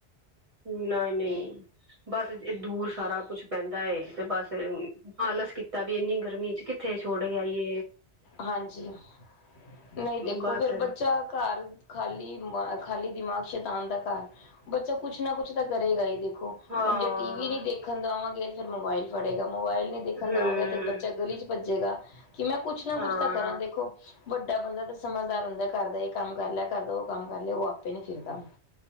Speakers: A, on the right; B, on the left.
A: ਨਹੀਂ ਨਹੀਂ ਬਸ ਦੂਰ ਸਾਰਾ ਕੁਛ ਪੈਂਦਾ ਤੇ ਬਸ ਆਲਸ ਕੀਤਾ ਵੀ ਇੰਨੀ ਗਰਮੀ ਚ ਕਿੱਥੇ ਛੋੜ ਕੇਈ
B: ਹਾਂਜੀ ਨਹੀਂ ਦੇਖੋ
A: ਬਸ
B: ਫੇਿਰ ਬੱਚਾ ਘਰ ਖਾਲੀ ਖਾਲੀ ਦਿਮਾਗ ਸ਼ੈਤਾਨ ਦਾ ਘਰ ਬੱਚਾ ਕੁਛ ਨਾ ਕੁਛ ਤਾਂ ਕਰੇਗਾ ਹੀ ਦੇਖੋ
A: ਹਾਂ
B: ਹੁਣ ਜੇ ਟੀ ਵੀ ਨ ਦੇਖਣ ਦੇਵਾਂਗੇ ਤੇ ਫੇਿਰ ਮੋਬਾਇਲ ਫੜੇਗਾ ਮੋਬਾਇਲ ਨ ਦੇਖਣ
A: ਹਮ
B: ਦੇਵਾਂਗੇ ਤੇ ਚਗਲੀ ਚ ਭੱਜੇਗਾ ਕਿ ਮੈਂ ਕੁੱਛ ਨਾ
A: ਹਾਂ
B: ਕੁੱਛ ਤਾਂ ਕਰਾਂ ਦੇਖੋ। ਵੱਡਾ ਬੰਦਾ ਤਾਂ ਸਮਝਦਾਰ ਹੁੰਦਾ ਘਰ ਦਾ ਇਹ ਕੰਮ ਕਰ ਲਿਆ ਘਰ ਦਾ ਉਹ ਕੰਮ ਕਰ ਲਿਆ ਉਹ ਆਪੇ ਨੀ ਫਿਰਦਾ